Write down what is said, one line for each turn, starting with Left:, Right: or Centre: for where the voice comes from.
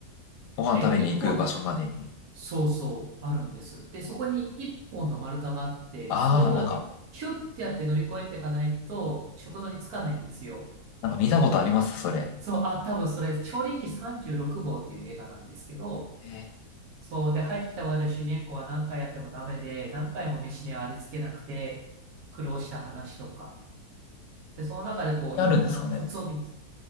Left: ご飯食べに行く場所までに。
Right: で、一本の、そうそう、あるんです。で、そこに一本の丸太があって、
Left: ああ、
Right: それをヒュッてやって乗り越えていかないと、
Left: なんか、
Right: 食堂に着かないんですよ。
Left: なんか見たことありますそれ。
Right: そう、あ、多分それ、少林寺36号っていう映画なんですけど、
Left: えー
Right: そう、で、入ってきた我々主人公は何回やってもダメで、何回も飯にありつけなくて、苦労した話とか。で、その中でこう、
Left: あるんですかね
Right: いろんなコツを見つ、